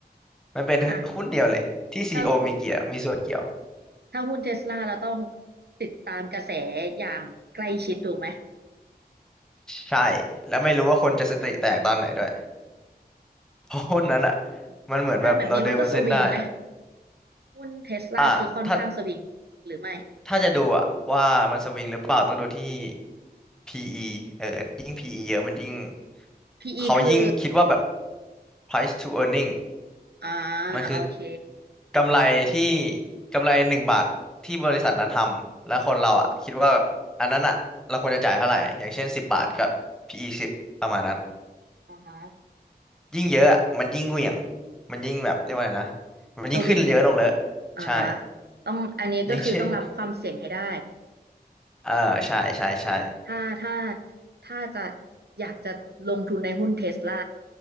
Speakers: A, in the centre; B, on the right.
A: มันเป็นหุ้นเดียวเลยที่
B: อ่ะ
A: c
B: ถ้า <laughs>
A: โ o มีเกี่ยวมีส่วนเกี่ยว
B: ถ้าหุ้นเทสลาเราต้องติดตามกระแสอย่างใกล้ชิดถูกไหม
A: ใช่แล้วไม่รู้ว่าคนจะสติแตกตอนไหนด้วย เพราะหุ้นนั้นอ่ะ
B: อืม
A: มันเหมือนแบบเราเดินบนเส้นได้อ่ะ
B: แต่แบบนี้มันก็สวิงไหมหุ้นเทสลาคือค่อนข้างสวิงหรือไม่
A: อ่ะถ้าถ้าจะดูอ่ะว่ามันสวิงหรือเปล่าต้องดูที่ PE เออยิ่ง PE เยอะมันยิ่ง
B: PE
A: เขายิ่งคิดว่าแบบ
B: คือ
A: price to earning
B: อ่า
A: มันคือ
B: โอเค
A: กำไรที่กำไรหนึ่งบาทที่บริษัทนั้นทำแล้วคนเราอ่ะคิดว่าแบบอันนั้นอ่ะเราควรจะจ่ายเท่าไหร่อย่างเช่นสิบบาทกับ PE สิบประมาณนั้น
B: อ่าฮะ
A: ยิ่งเยอะอะมันยิ่งเหวี่ยงมันยิ่งแบบเรียกว่าไงนะมันยิ่งขึ้นเยอะลงเลยอะใช่
B: สวิงอ่าต้องอันนี้ก็คือต้องรับความเสี่ยงให้ได้
A: อย่างเช่น <laughs> เออใช่ ใช่ ใช่
B: ถ้าถ้าถ้าจะอยากจะลงทุนในหุ้นเทสลา